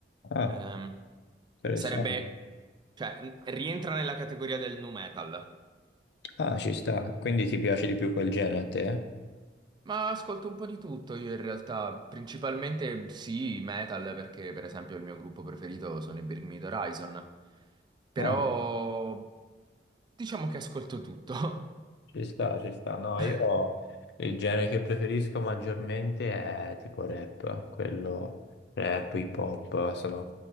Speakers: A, on the left; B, on the right.
A: Ah,
B: Ehm,
A: interessante.
B: sarebbe, cioè, n- rientra nella categoria del nu metal.
A: Ah, ci sta. Quindi ti piace di più quel genere a te?
B: Ma ascolto un po' di tutto io in realtà, principalmente sì, metal, perché per esempio il mio gruppo preferito sono i Bring Me the Horizon, però
A: Ah.
B: diciamo che ascolto tutto.
A: Ci sta, ci sta. No,
B: <laughs>
A: io il genere che preferisco maggiormente è tipo rap, quello rap, hip hop sono